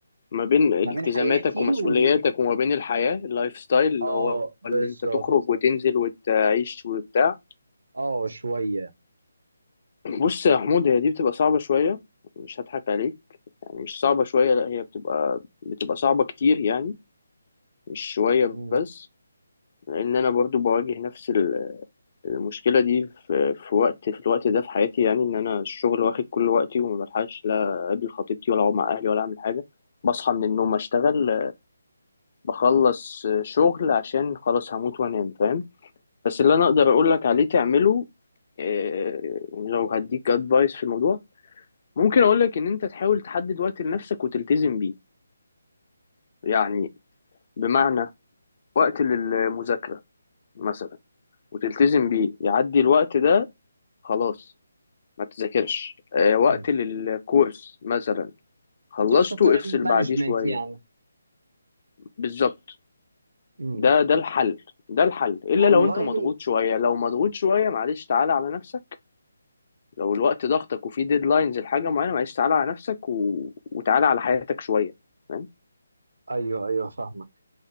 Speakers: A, on the left (about 40°); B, on the right (about 60°).
A: ما بين التزاماتك
B: ما بين حياتي
A: ومسؤولياتك
B: وال
A: وما بين الحياة اللايف ستايل اللي
B: اه
A: هو
B: بالظبط
A: اللي انت تخرج وتنزل وتعيش وبتاع
B: اه شويه
A: بص يا حمود هي دي بتبقى صعبة شوية مش هضحك عليك يعني مش صعبة شوية لا هي بتبقى بتبقى صعبة كتير يعني مش شوية
B: امم
A: بس لان انا برضو بواجه نفس ال- المشكلة دي في, في وقت في الوقت ده في حياتي يعني ان انا الشغل واخد كل وقتي وما بلحقش لا اقابل خطيبتي ولا اقعد مع اهلي ولا اعمل حاجة بصحى من النوم اشتغل بخلص شغل عشان خلاص هموت وانام فاهم بس اللي انا اقدر اقول لك عليه تعمله آه، لو هديك ادفايس في الموضوع ممكن اقول لك ان انت تحاول تحدد وقت لنفسك وتلتزم بيه يعني بمعنى وقت للمذاكرة مثلا وتلتزم بيه يعدي الوقت ده خلاص ما تذاكرش آه، وقت
B: امم
A: للكورس مثلا خلصته
B: تقصد تايم
A: افصل
B: مانجمنت
A: بعديه شوية
B: يعني
A: بالظبط
B: امم
A: ده ده الحل ده الحل الا
B: والله
A: لو انت مضغوط شويه لو مضغوط شويه معلش تعالى على نفسك لو الوقت ضغطك وفي ديدلاينز لحاجه معينه معلش تعالى على نفسك و... وتعالى على حياتك شويه فاهم
B: ايوه ايوه فاهمك